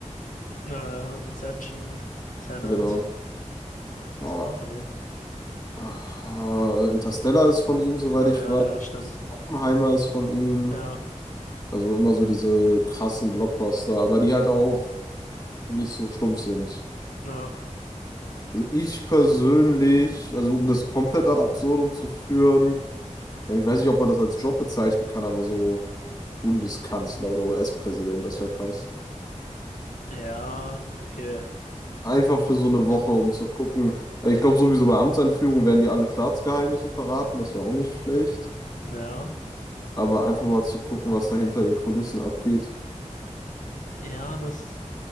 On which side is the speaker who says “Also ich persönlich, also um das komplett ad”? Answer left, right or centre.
Left